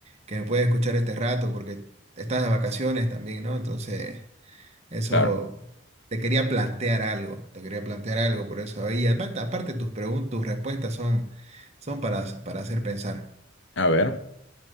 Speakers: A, on the right; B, on the left.
A: que me puede escuchar este rato? Porque estás de vacaciones también, ¿no? Entonces, eso,
B: Claro.
A: te quería plantear algo, te quería plantear algo, por eso ahí, aparte, aparte tus preguntas, tus respuestas son, son para, para hacer pensar.
B: A ver.